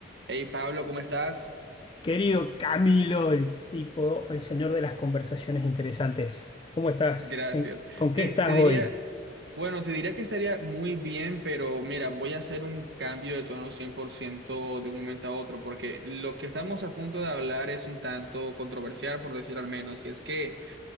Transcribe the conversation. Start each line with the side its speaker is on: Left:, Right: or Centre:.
Right: Hey Pablo, ¿cómo estás?
Left: Querido Camilo, el tipo, el señor de las conversaciones interesantes. ¿Cómo estás?
Right: Gracias.
Left: ¿En- ¿Con qué
Right: Te,
Left: estás
Right: te diría,
Left: hoy?
Right: bueno, te diría que estaría muy bien, pero mira, voy a hacer un cambio de tono 100% de un momento a otro, porque lo que estamos a punto de hablar es un tanto controversial, por decir al menos, y es que